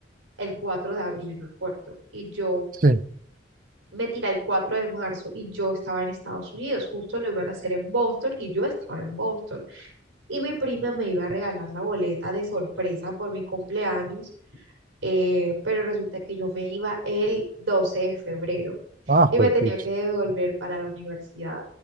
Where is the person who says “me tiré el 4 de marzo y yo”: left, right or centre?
Right